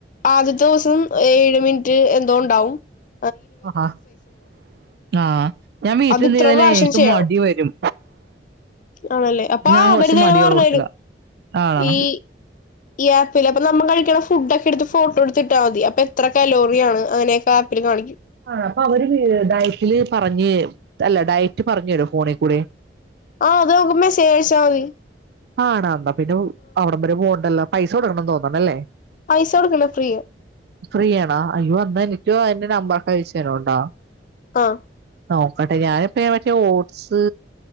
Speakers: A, on the left (about 45°); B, on the right (about 65°).
A: ആദ്യത്തെ ദിവസം ഏഴ് മിനിറ്റ് എന്തോ ഉണ്ടാ. <unintelligible>
B: ആ ആഹ് ഞാൻ വീട്ടിൽന്തതല്ലേ
A: അത് ഇത്ര പ്രാവശ്യം
B: എനിക്ക്
A: ചെയ്യണം
B: മടി വരും.
A: ആണല്ലേ അപ്പൊ
B: ഞാൻ കുറച്ച്
A: അവര് തന്നെ
B: മടിള്ളകൂട്ടത്തില.
A: പറഞ്ഞു തരും
B: ആണാ
A: ഈ ഈ ആപ്പിൽ അപ്പൊ നമ്മൾ കഴിക്കണ ഫുഡ് ഒക്കെ എടുത്ത് ഫോട്ടോ എടുത്തിട്ടാ മതി. അപ്പൊ എത്ര കലോറി ആണ് അങ്ങനെയൊക്കെ <unintelligible>
B: ആ അപ്പൊ അവര് ഡയറ്റില് പറഞ്ഞ് അല്ല ഡയറ്റ് പറഞ്ഞരോ ഫോണികൂടെ.
A: ആ അത് നമുക്ക് മെസ്സെജ് അയച്ചാതി.
B: ആണാ എന്നാ പിന്നെ അവിട വരെ പോകണ്ടല്ലോ പൈസ കൊടുക്കണംന്ന് തോന്നണല്ലേ.
A: പൈസ കൊടുക്കല്ല ഫ്രീയ.
B: ഫ്രീ ആണാ അയ്യോ വന്ന എനിക്കോ അതിന്റെ നമ്പറൊക്കെ അയച്ച തനോണ്ടോ.
A: ആഹ്
B: നോക്കട്ടെ ഞാനിപ്പ മറ്റേ ഓട്സ്